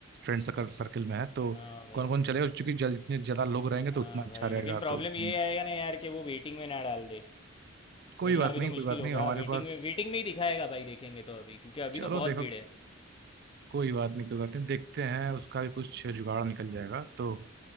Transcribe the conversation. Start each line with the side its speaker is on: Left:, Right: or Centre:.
Right: फ्रेंड सर्कल सर्कल में है तो
Left: हाँ भाई
Right: कौन कौन चलेगा क्योंकि जल- जितने ज़्यादा लोग रहेंगे तो
Left: हाँ
Right: उतना अच्छा
Left: भाई
Right: रहेगा
Left: लेकिन प्रॉब्लम
Right: तो हम्म,
Left: ये आएगा ना यार कि वो वेटिंग में ना डाल दे
Right: कोई
Left: मिलना
Right: बात
Left: भी
Right: नहीं
Left: तो मुश्किल
Right: कोई बात
Left: होगा
Right: नहीं हमारे
Left: वेटिंग
Right: पास
Left: में वेटिंग में ही दिखाएगा भाई देखेंगे तो अभी क्योंकि अभी
Right: चलो
Left: तो बहुत
Right: देखो
Left: भीड़ है
Right: कोई बात नहीं कोई बात नहीं देखते हैं उसका भी कुछ जुगाड़ निकल जाएगा तो